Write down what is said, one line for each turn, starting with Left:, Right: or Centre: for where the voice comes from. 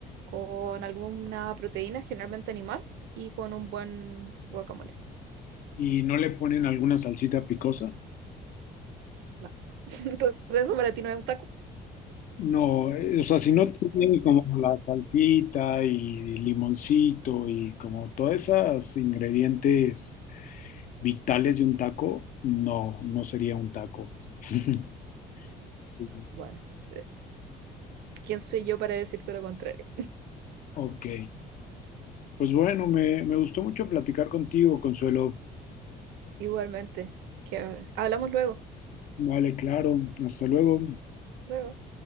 Right: con alguna proteína, generalmente animal, y con un buen guacamole.
Left: y no le ponen alguna salsita picosa.
Right: No. <laughs> Entonces eso para ti no es un taco.
Left: No, eh, o sea, si no tiene como la salsita y limoncito y como todos esos ingredientes vitales de un taco, no, no sería un taco. <laughs> Sí,
Right: Bueno, eh, ¿quién soy yo para decirte lo contrario?
Left: Ok, pues bueno, me, me gustó mucho platicar contigo, Consuelo.
Right: Igualmente, que hablamos luego.
Left: Vale, claro, hasta luego.
Right: Luego.